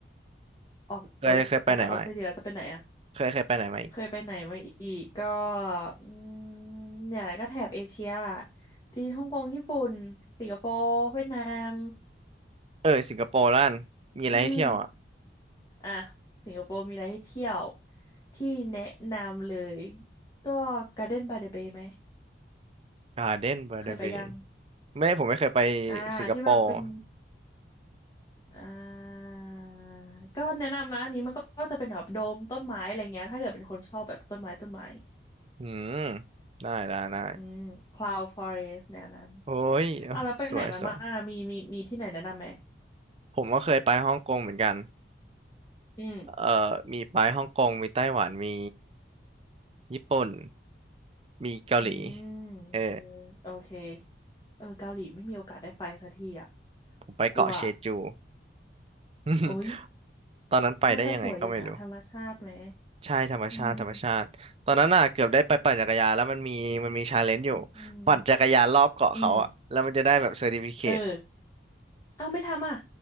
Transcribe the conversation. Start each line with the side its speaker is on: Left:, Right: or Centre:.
Left: ออกเอ้ยออกจากออสเตรเลียแล้วจะไปไหนอ่ะ
Right: เคยเคยไปไหนมาอีกเคยเคยไปไหนมาอีก
Left: เคยไปไหนมาอีกก็อืมเนี่ยแหละก็แถบเอเชียที่ฮ่องกงญี่ปุ่นสิงคโปร์เวียดนาม
Right: เออสิงคโปร์ล่นมีอะไรให้เที่ยวอ่ะ
Left: อืมอ่ะสิงคโปร์มีอะไรให้เที่ยวที่แนะนำเลยก็ Garden by the Bay ไหม
Right: การ์เด้นบาร์เบย์
Left: เคยไปยัง
Right: ไม่ผมไม่เคยไป
Left: อ่าที่มันเป็น
Right: สิงคโปร์
Left: อ่าก็แนะนำนะอันนี้มันก็ก็จะเป็นแบบโดมต้นไม้อะไรเงี้ยถ้าเกิดเป็นคนชอบแบบต้นไม้ต้นไม้
Right: อืมได้ได้ได้
Left: อืม cloud forest แนวนั้น
Right: โอ้ยเอ้ยสวยสวย
Left: อ่ะแล้วไปไหนมาบ้างอะมีมีมีที่ไหนแนะนำไหม
Right: ผมก็เคยไปฮ่องกงเหมือนกัน
Left: อืม
Right: เอ่อมีไปฮ่องกงมีไต้หวันมีญี่ปุ่นมีเกาหลี
Left: อืม
Right: เออ
Left: เออโอเคเออเกาหลีไม่มีโอกาสได้ไปสักทีอ่ะ
Right: ผมไปเกาะเชจู
Left: กลัว <laughs>
Right: <laughs>
Left: โอ้ย
Right: ตอนนั้นไปได้ยังไงก็ไม่รู้
Left: น่าจะสวยอยู่นะธรรมชาติไหม
Right: ใช่ธรรมชาติธรรมชาติตอนนั้นน่ะเกือบได้ไปปั่นจักรยานแล้วมันมีมันมีชาเลนจ์อยู่
Left: อืมอืม
Right: ปั่นจักรยานรอบเกาะเขาอ่ะแล้วมันจะได้แบบเซอร์ติฟิเคต
Left: อืมเอออ้าวไม่ทำอ่ะ